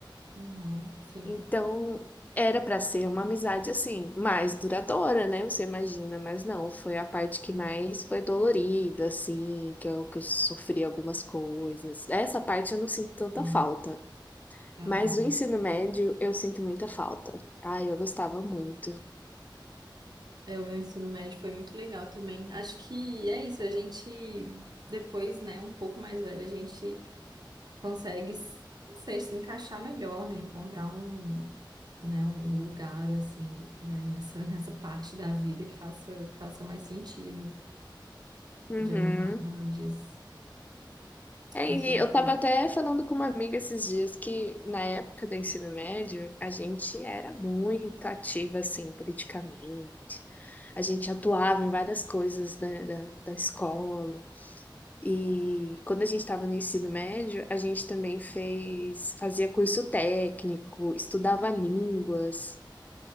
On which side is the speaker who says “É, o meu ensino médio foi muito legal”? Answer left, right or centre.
Right